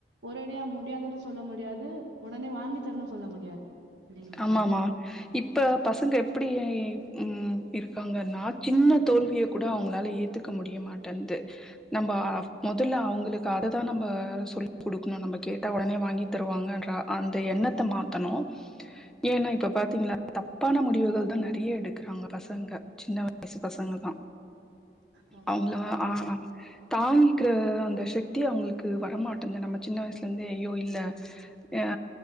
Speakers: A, on the right; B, in the centre.
A: ஒரேடியா முடியாதுன்னு சொல்ல முடியாது உடனே வாங்கி தரன்னு சொல்ல முடியாது இல்லைங்களா
B: ஆமா ஆமா இப்ப பசங்க எப்டி ம் இருக்காங்கன்னா சின்ன தோல்விய கூட அவங்களால ஏ ஏத்துக்க முடிய மாட்டேன்து நம்ம முதல்ல அவங்களுக்கு அததா நம்ம சொல்லி கொடுக்கணு நம்ம கேட்டா உடனே வாங்கி தருவாங்கன்ற அந்த எண்ணத்த மாத்தணு ஏன்னா இப்ப பாத்தீங்களா தப்பான முடிவுகள் தா நெறையா எடுக்கிறாங்க பசங்க சின்ன வயசு பசங்க தா
A: கண்டிப்பா
B: அவங்கள
A: கண்டிப்பா
B: ஆ தாங்கிக்கிற அந்த சக்தி அவங்களுக்கு வரமாட்டேந்து நம்ம சின்ன வயசுல இருந்தே ஐயோ இல்ல அ